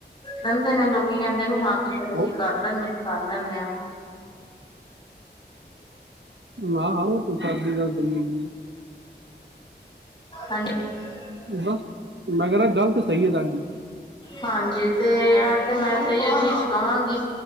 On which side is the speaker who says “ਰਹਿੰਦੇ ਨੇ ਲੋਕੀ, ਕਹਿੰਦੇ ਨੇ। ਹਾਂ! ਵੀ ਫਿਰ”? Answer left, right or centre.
Left